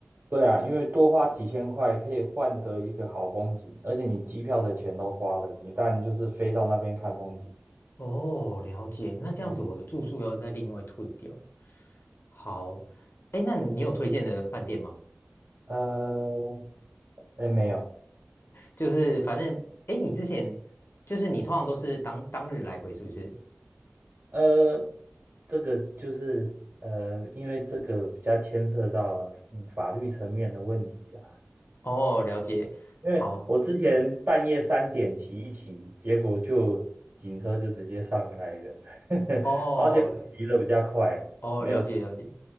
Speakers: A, on the right; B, on the left.
A: 对啊，因为多花几千块可以换得一个好风景，而且你机票的钱都花了，你当然就是飞到那边看风景。
B: 哦，了解。那这样子我的住宿要再另外退掉。
A: 嗯
B: 好，哎，那你有推荐的饭店吗？
A: 呃，哎，没有，
B: 就是反正，哎，你之前就是你通常都是当当日来回，是不是？
A: 呃，这个就是呃，因为这个比较牵涉到嗯法律层面的问题啊。
B: 哦，了解。
A: 因为我之前半夜三点骑一骑，
B: 好，
A: 结果就警车就直接上来了，<laughs>
B: 哦
A: 好险我骑的比较快啊，
B: 哦，
A: 没有出。
B: 了解了解。